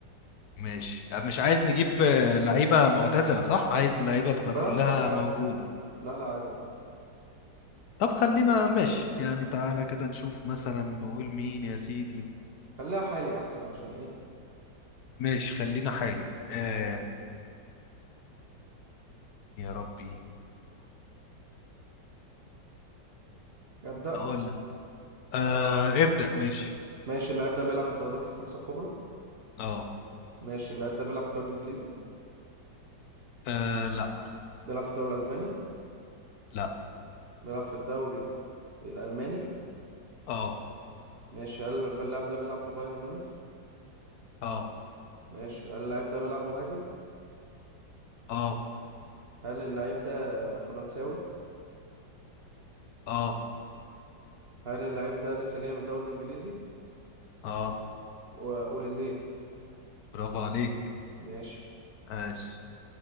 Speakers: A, on the left (about 65°); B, on the right (about 50°).
A: ماشي أه، مش عايز نجيب آه، لعيبة معتزلة صح عايز لعيبة تبقى
B: براحتك
A: كلها
B: عادي
A: موجودة
B: لا لا عادي براحتك
A: طب خلينا ماشي يعني تعالى كده نشوف مثلا نقول مين يا سيدي
B: خليها حالي احسن عشان ايه
A: ماشي خلينا حالي آم يا ربي
B: ابدأ
A: اقول لك. آه ابدأ ماشي
B: ماشي اللاعب ده بيلعب في الدوريات الخمسة الكبرى
A: اه
B: ماشي اللاعب ده بيلعب في الدوري الانجليزي
A: آه، لا
B: بيلعب في الدوري الاسباني
A: لا
B: بيلعب في الدوري الالماني
A: اه
B: ماشي هل في اللاعب ده بيلعب في بايرن ميونخ
A: اه
B: ماشي هل اللاعب ده بيلعب مهاجم
A: اه
B: هل اللعيب ده فرنساوي
A: اه
B: هل اللعيب ده لسه جاي من الدوري الانجليزي
A: اه
B: واوليزيه
A: برافو عليك
B: ماشي
A: ماشي